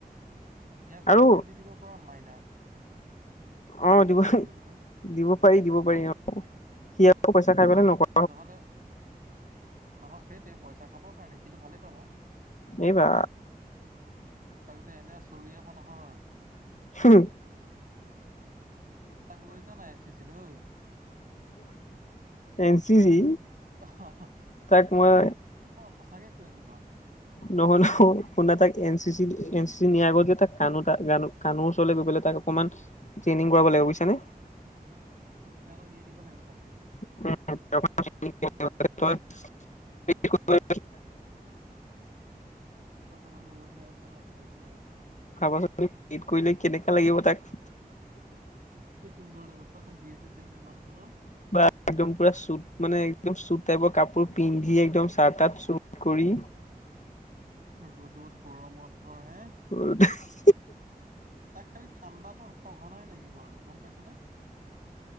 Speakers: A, on the right; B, on the left.
A: ইয়াক
B: আৰু
A: লিংকটো দি দিব পাৰ মাইনাক।
B: অ,
A: নিউজ
B: দিব
A: এটা কৰিবলৈ
B: দিব পাৰি, দিব
A: হা
B: পাৰি অ, সি আকৌ পইচা খাই পাই নকৰে
A: নহ'লে নহয় সেইটোৱে পইচা খাবৰ কাৰণে সিটো ভালেই পাব।
B: এইবা
A: তাক যে এনে চৰিয়াব নহয়।
B: উম,
A: তাক লৈ যা নাই এন চি চি লৈ।
B: এন চি চি
A: অহ,
B: তাক মই
A: সঁচাকে কৈ আছো তোমাক।
B: নহয় ন কোনে তাক N C C N C C নিয়াৰ আগত যে তাক কানু কানোৰ ওচৰলৈ গৈ পেলাই তাক অকণমান ট্ৰেইনিং কৰা লাগিব। বুজিছানে
A: অ, শিক্ষা এটা দি দিব লাগিব তাক।
B: উ <unintelligible>
A: কথাটো বহুত বেয়া পোৱা নাই কিন্তু সেইটো কাও
B: ভাবাচোন কৰিলে কেনেকা লাগিব তাক
A: কি সুন্দৰ ব্যৱস্থা চোন বিছে চছে মানুহটো ন।
B: ত একদম পুৰা চুট মানে একদম চুট টাইপৰ কাপোৰ পিন্ধি একদম চাৰ্টাত চুট কৰি।
A: ৰ'দত গৰমত ধৰ হে।
B: আৰু <unintelligible>
A: তাক খালি ঠাণ্ডাো সঘনাই লাগিব আৰু গম পাইছনে?